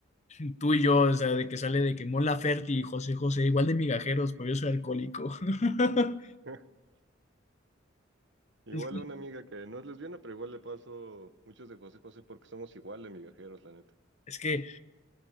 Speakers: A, on the left (about 35°); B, on the right (about 60°).
A: <clears throat> tú y yo, o sea, de que sale de que Mon Laferte y José José, igual de migajeros, pero yo soy alcohólico. <laughs>
B: <laughs> Igual
A: Es que,
B: a una amiga que no es lesbiana, pero igual le paso muchos de José José porque somos igual de migajeros, la neta.
A: es que